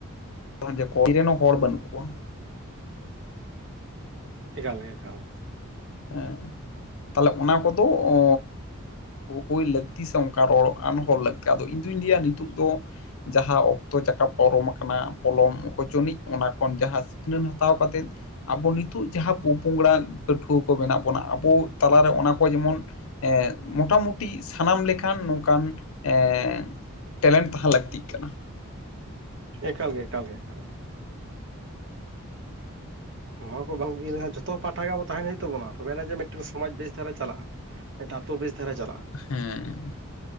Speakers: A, on the left (about 70°); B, on the right (about 55°).
A: ᱡᱮ ᱠᱚᱭ ᱨᱮᱱ ᱦᱚᱸ ᱦᱚᱲ ᱵᱟᱹᱱᱩᱜ ᱠᱚᱣᱟ ᱾
B: ᱮᱠᱟᱞ ᱜᱮ ᱮᱠᱟᱞ ᱜᱮ ᱾
A: ᱮᱸ, ᱛᱟᱦᱚᱞᱮ ᱚᱱᱟ ᱠᱚᱫᱚ ᱚᱻ ᱦᱩᱭ ᱞᱟᱹᱠᱛᱤ ᱥᱮ ᱚᱱᱠᱟ ᱨᱚᱲ ᱟᱱ ᱦᱚᱲ ᱞᱟᱹᱠᱛᱤ ᱟᱫᱚ ᱤᱧ ᱫᱩᱧ ᱞᱟᱹᱭᱟ ᱱᱤᱛᱚᱜ ᱫᱚ ᱡᱟᱦᱟᱸ ᱚᱠᱛᱚ ᱪᱟᱠᱟ ᱯᱟᱨᱚᱢ ᱟᱠᱟᱱᱟ ᱯᱚᱞᱚᱢ ᱚᱠᱚᱪᱚᱱᱤᱡ ᱚᱱᱟ ᱠᱷᱚᱱ ᱡᱟᱦᱟᱸ ᱥᱤᱠᱷᱱᱟᱹᱛ ᱦᱟᱛᱟᱣ ᱠᱟᱛᱮᱫ ᱟᱵᱚ ᱱᱤᱛᱚᱜ ᱡᱟᱦᱟᱸ ᱯᱚ ᱯᱚᱝᱲᱟ ᱯᱟᱹᱴᱷᱩᱣᱟᱹ ᱠᱚ ᱢᱮᱱᱟᱜ ᱵᱚᱱᱟ ᱟᱵᱚ ᱛᱟᱞᱟᱨᱮ ᱚᱱᱟ ᱠᱚ ᱡᱮᱢᱚᱱ ᱮᱸᱫ ᱢᱳᱴᱟᱢᱩᱴᱤ ᱥᱟᱱᱟᱢ ᱞᱮᱠᱟᱱ ᱱᱚᱝᱠᱟᱱ ᱮᱸᱻ ᱴᱮᱞᱮᱱᱴ ᱛᱟᱦᱮᱸ ᱞᱟᱹᱠᱛᱤᱜ ᱠᱟᱱᱟ ᱾
B: ᱮᱠᱟᱞ ᱜᱮ ᱮᱠᱟᱞ ᱜᱮ ᱮᱠᱟᱞ ᱜᱮ ᱾ ᱱᱚᱣᱟ ᱠᱚ ᱵᱟᱝ ᱤᱭᱟᱹ ᱞᱮᱠᱷᱟᱱ ᱡᱚᱛᱚ ᱯᱟᱦᱴᱟ ᱜᱮ ᱟᱵᱚ ᱛᱟᱦᱮᱱ ᱦᱩᱭᱩᱜ ᱛᱟᱵᱚᱱᱟ ᱾ ᱛᱚᱵᱮᱭᱟᱱᱟᱜ ᱡᱮ ᱢᱤᱫᱴᱟᱝ ᱥᱚᱢᱟᱡᱽ ᱵᱮᱥ ᱫᱷᱟᱨᱟ ᱪᱟᱞᱟᱜᱼᱟ, ᱢᱤᱫᱴᱟᱝ ᱟᱛᱳ ᱵᱮᱥ ᱫᱷᱟᱨᱟ ᱪᱟᱞᱟᱜᱼᱟ ᱾
A: ᱦᱮᱸ